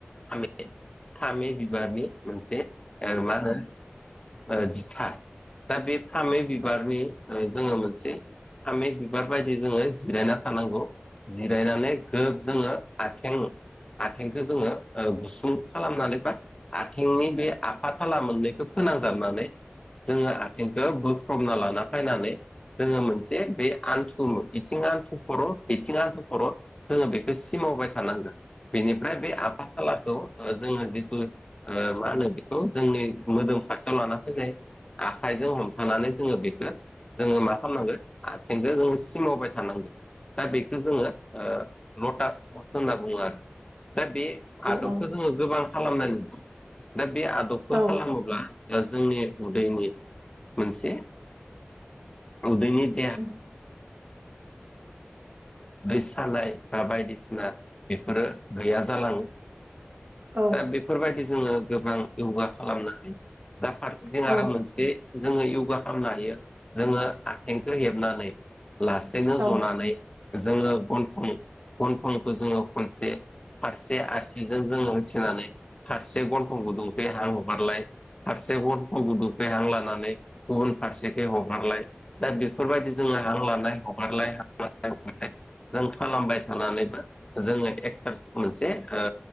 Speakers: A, on the left; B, on the right.
A: फामे-फामे बिबारनि मोनसे ओ मा होनो ओ दिथा दा बे फामे बिबारनि ओ जोङो मोनसे फामे बिबार बायदि जोङो जिरायना थानांगौ जिरायनानै ग्रोब जोङो आथें आथेंखो जोङो ओ गुसुं खालामनानै बा आथिंनि बे आफा थाला मोननैखो फो फोनांजाबनानै जोङो आथेंखो बोख्रबना लाना फायनानै जोङो मोनसे बे आन्थुु बिथिं आन्थु खर' बिथिं आन्थु खर' जोङो बेखो सिम <inaudible> थानांगोन बेनिफ्राय बे आफा थालाखौ ओ जोङो जि ओ मा होनो बेखौ जोंनि मोदोम खाथियाव लाना फायनाय आखाइजों हमथानानै जोङो बेखो जोङो मा खालामनांगो आथेंखो जों सिमावबाय थानांगो दा बे जोङो ओ लटास <inaudible> होनना बुङो आरो दा बे आदबखो
B: औ
A: जोङो गोबां खालामनाय नुदों दा बे आदबखौ
B: औ
A: खालामोब्ला जोंनि उदैनि मोनसे उदैनि <inaudible>
B: औ
A: दै सानाय बा बायदिसिना बेफोरो गैया जालाङो ओ
B: औ
A: दा बेफोरबायदि जोङो गोबां यगा खालामनो हायो दा फारसेथिं
B: औ
A: आरो मोनसे जोङो यगा खामनो हायो जोङो आथेंखो हेबनानै लासेनो
B: औ
A: जनानै जोङो गन्थं-गनथंखो जोङो खनसे फारसे आसिजों जोङो होथेनानै फारसे गन्थं गुदुंखि हां हगारलाय फारसे गन्थं गुदुखै हां लानानै गुबुन फारसेखै ह गारलाय दा बेफोरबायदि जोङो हां लानाय हगारलाय हां लानाय <inaudible> जों खालामबाय थानानैबो जोङो एक्सारस मोनसे ओ